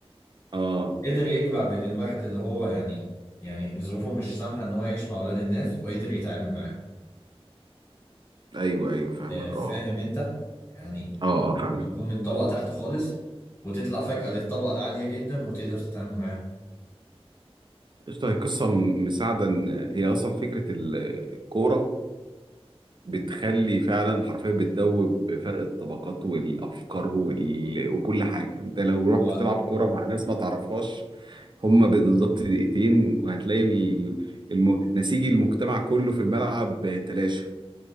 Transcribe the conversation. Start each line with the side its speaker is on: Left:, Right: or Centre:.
Right: اه
Left: قدر يجمع بين الواحد اللي هو يعني يعني ظروفه مش سامحة إن هو يعيش مع أولاد الناس وقدر يتعامل معاهم
Right: ايوه ايوه فاهمك
Left: آه، فاهم
Right: اه
Left: انت يعني
Right: اه اه فاهمك
Left: بتكون من طبقة تحت خالص وتطلع فجأة للطبقة العالية جدا وتقدر تتعامل معاه
Right: قشطة هي قصة م- مساعدة إن هي أصلا فكرة ال- الكورة بتخلي فعلا حرفيا بتدوب فرق الطبقات والأفكار وال... وكل حاجة أنت لو رحت
Left: هو
Right: تلعب كورة مع ناس ما تعرفهاش هما بالظبط دقيقتين وهتلاقي ال- الم... نسيج المجتمع كله في الملعب تلاشى